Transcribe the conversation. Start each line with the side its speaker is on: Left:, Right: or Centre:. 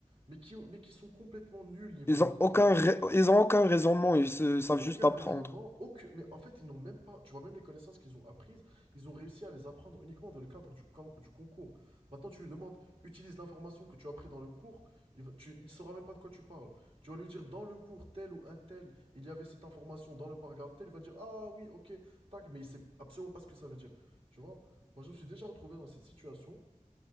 Right: mais qui, mais qui sont complètement nuls niveau
Left: Ils
Right: médical.
Left: ont aucun, rai- ils ont aucun raisonnement, ils se- savent
Right: Aucun
Left: juste apprendre.
Right: raisonnement, aucune... mais en fait, ils n'ont même pas, tu vois, même les connaissances qu'ils ont apprises, ils ont réussi à les apprendre uniquement dans le cadre du, con- du concours. Maintenant, tu lui demandes, utilise l'information que tu as appris dans le cours, il va- tu- il saura même pas de quoi tu parles. Tu vas lui dire, dans le cours tel ou un tel, il y avait cette information dans le paragraphe tel, il va dire, ah oui, ok, tac, mais il sait absolument pas ce que ça veut dire. Tu vois, moi, je me suis déjà retrouvé dans cette situation